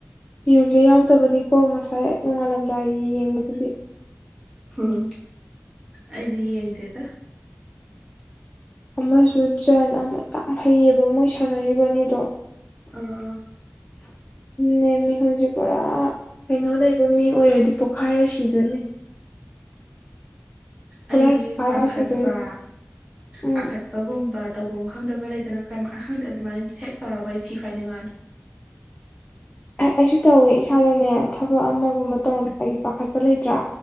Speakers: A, on the left; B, on the right.
A: ꯌꯨꯝꯁꯦ ꯌꯥꯎꯗꯕꯅꯤꯀꯣ ꯉꯁꯥꯏ ꯅꯣꯡꯉꯥꯜꯂꯝꯗꯥꯏꯒꯤ ꯌꯦꯡꯕꯗꯨꯗꯤ
B: ꯎꯝ ꯑꯩꯗꯤ ꯌꯦꯡꯗꯦꯗ
A: ꯑꯃꯁꯨꯡ ꯖꯟ ꯌꯥꯝ ꯍꯩꯌꯦꯕ ꯃꯣꯏ ꯁꯥꯟꯅꯔꯤꯕꯅꯤꯗꯣ
B: ꯑꯝ ꯑꯥ
A: ꯅꯃꯤꯍꯨꯖꯤꯦ ꯄꯨ ꯀꯩꯅꯣ ꯂꯩꯕ ꯃꯤ ꯑꯣꯏꯔꯗꯤ ꯄꯣꯛꯈꯥꯏꯔ ꯁꯤꯗꯣꯏꯅꯦ ꯈꯨꯠꯂꯥꯏ
B: ꯑꯩꯗꯤ
A: ꯄꯣꯛꯈꯥꯏꯔ
B: ꯄꯥꯈꯠꯄ
A: ꯁꯤꯗꯣꯏꯅꯦ ꯎꯝ
B: ꯄꯥꯈꯠꯄꯒꯨꯝꯕ ꯇꯧꯐꯝ ꯈꯪꯗꯕ ꯂꯩꯗꯅ ꯑꯍꯪꯗꯦ ꯑꯗꯨꯃꯥꯏꯅ ꯍꯦꯛ ꯇꯧꯔꯕ ꯑꯩ ꯊꯤ ꯐ ꯍꯥꯏ ꯉꯥꯅꯤ
A: ꯑꯩꯁꯨ ꯇꯧꯋꯦ ꯏꯁꯥꯗꯅꯦ ꯊꯕꯛ ꯑꯃꯒꯨꯝꯕ ꯇꯧꯔꯝꯕꯒꯤ ꯄꯥꯈꯠꯄ ꯂꯩꯇ꯭ꯔꯥ